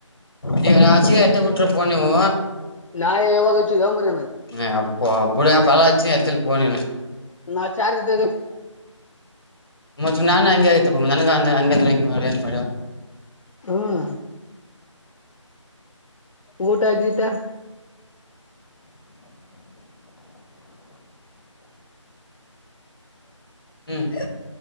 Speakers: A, on the left; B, on the left.
A: ನೀವು ನಾಚ ಎತ ಬಿಟ್ಟ್ರ ಪನವು
B: ನಾ ಇವಾಗಚ್ಚಿದಂಬ್ರ
A: ಹ್ಮ ಅಪ್ಪ ಅಬಡಾ ಪಲಾಚುನ ಎತಲಿ ಪನ
B: ನಾ ಚಾರ್ ದ
A: ಮತ್ತ ನಾ ಹಂಗಗೆ ಆಯತಪ್ಪ ನನ್ಗ ಹಂಗ ಅಂದ್ರ ಹ ಮಾಡ ಹೆ ಮಾಡ್ಯವ
B: ಹ್ಮ ಊಟ ಗೀಟ
A: ಹ್ಮ್